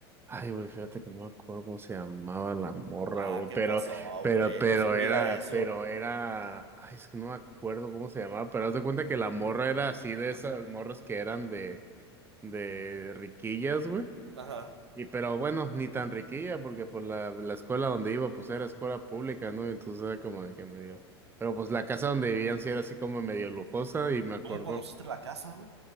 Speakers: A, on the right; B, on the right.
A: Ay, güey, fíjate que no me acuerdo cómo se llamaba la morra,
B: Ah,
A: güey,
B: ¿qué
A: pero,
B: pasó,
A: pero,
B: güey?
A: pero
B: No se olvida
A: era,
B: eso.
A: pero era, ay, es que no me acuerdo cómo se llamaba, pero haz de cuenta que la morra era así de esas morras que eran de, de riquillas, güey.
B: Ajá.
A: Y pero bueno, ni tan riquilla, porque por la, la escuela donde iba, pues era escuela pública, ¿no? Entonces era como de que medio. Pero pues la casa donde vivían sí era así como medio lujosa, y me acuerdo
B: ¿Cómo conociste la casa, güey?